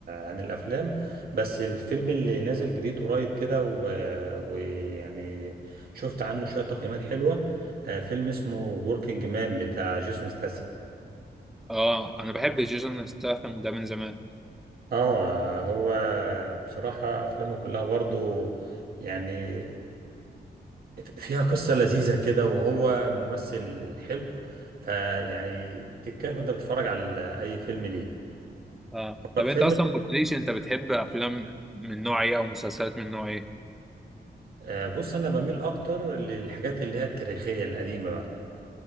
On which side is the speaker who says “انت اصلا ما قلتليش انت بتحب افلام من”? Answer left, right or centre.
Centre